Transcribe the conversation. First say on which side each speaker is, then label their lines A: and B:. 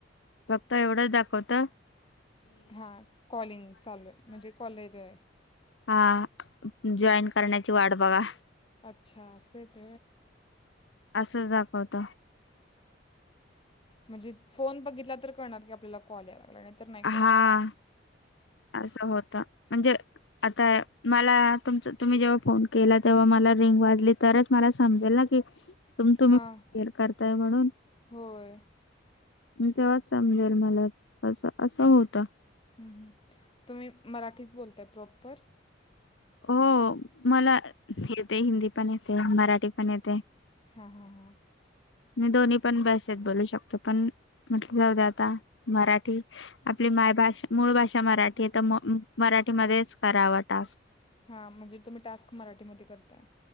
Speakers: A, on the left (about 85°); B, on the left (about 30°).
A: फक्त एवढंच दाखवत.
B: हा कॉलिंग चालू आहे म्हणजे कॉलेज आहे.
A: हा जॉईन करण्याची वाट बघा.
B: अच्छा अस तर
A: असंच दाखवत.
B: णज फोन बघितला आपल्याला कॉल. नाही तरर नाही
A: हां
B: करळणार.
A: असं होत म्हणजे आता मला तुमच तुम्ही जेव्हा फोन केला तेव्हा मला रिंग वाजली तरच मला समजेल ना की तुम तुम्हीर
B: हां.
A: करताय म्हणून
B: होय.
A: मी तेव्हाच समजेल मला असं असं होतं.
B: हम् हम् तुम्ही मराठीच बोलताय प्रॉपर.
A: हो मला येते हिंदी पण येते मराठी पण येते.
B: हां, हां, हां.
A: मी दोन्ही पण बस आहेत बोलू शकतो. पण म्हटलं जाऊ द्या आता मराठी आपली मायभषा मूळ भाषा मराठी आहे तर मराठीमध्येच करावं टास्.
B: हा म्हणजे तुम्ही टास्क मराठीमध्ये करताय.